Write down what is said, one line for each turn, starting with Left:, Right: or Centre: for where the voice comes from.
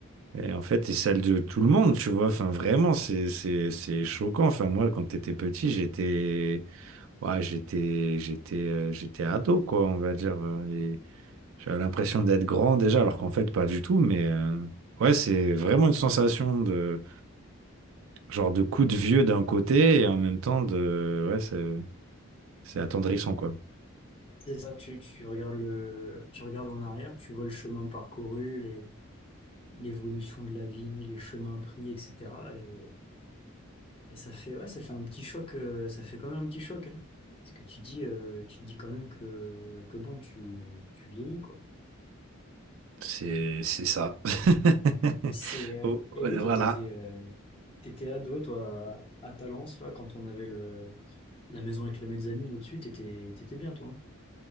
Right: Et en fait, et celle de tout le monde, tu vois. Enfin, vraiment, c'est, c'est, c'est choquant. Enfin, moi, quand t'étais petit, j'étais, ouais, j'étais, j'étais, euh, j'étais ado, quoi, on va dire. euh, et j'avais l'impression d'être grand déjà, alors qu'en fait, pas du tout. Mais euh, ouais, c'est vraiment une sensation de, genre, de coup de vieux d'un côté et en même temps de, ouais, c'est c'est attendrissant, quoi.
Left: C'est ça, tu, tu regardes le, tu regardes en arrière, tu vois le chemin parcouru, les, l'évolution de la vie, les chemins pris, etc. Et, et ça fait, ouais, ça fait un petit choc, euh, ça fait quand même un petit choc, hein. Parce que tu dis, euh, tu dis quand même que, que bon, tu, tu vieillis, quoi.
Right: C'est c'est ça. <laughs>
Left: C'est, ouais.
Right: Oh,
Left: Et
Right: euh,
Left: oui, toi,
Right: voilà.
Left: t'étais, euh, t'étais ado, toi, à, à Talence, là, quand on avait le, la maison avec la mezzanine au-dessus, t'étais, t'étais bien, toi. hein.